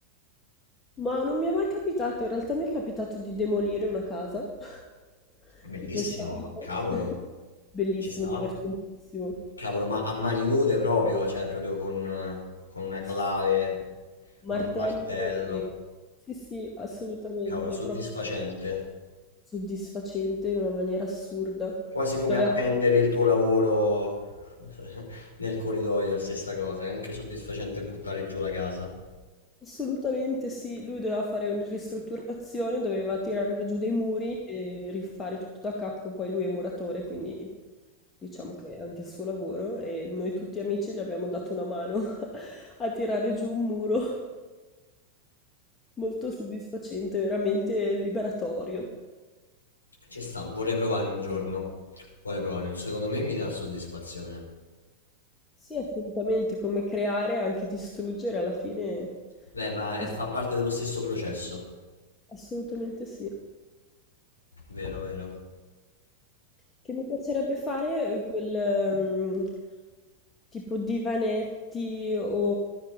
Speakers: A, on the left; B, on the left.
A: Ma non mi è mai capitato, in realtà mi è capitato di demolire una casa <laughs>
B: Bellissimo,
A: di questo amico.
B: cavolo,
A: <laughs> Bellissimo,
B: ci sta.
A: divertentissimo.
B: Cavolo, ma a mani nude proprio, cioè proprio con, eh, con una clave,
A: Sì, sì, Martello
B: con un martello.
A: e... Sì, sì, assolutamente,
B: Cavolo, soddisfacente.
A: è proprio soddisfacente in una maniera assurda.
B: Quasi come
A: Doveva
B: appendere il tuo lavoro <laughs> nel corridoio, la stessa cosa. È anche soddisfacente buttare giù la casa.
A: Assolutamente sì, lui doveva fare una ristrutturazione, doveva tirare giù dei muri e rifare tutto da capo, poi lui è muratore, quindi diciamo che è anche il suo lavoro e noi tutti amici gli abbiamo dato una mano <laughs> a tirare giù un muro. Molto soddisfacente, veramente liberatorio.
B: Ci sta, vorrei provare un giorno. Vorrei provare, secondo me mi dà soddisfazione.
A: Sì, assolutamente, come creare e anche distruggere alla fine.
B: Beh, ma
A: ass-
B: è- fa parte dello stesso processo.
A: Assolutamente sì.
B: Vero, vero.
A: Che mi piacerebbe fare eh, quel ehm, tipo divanetti o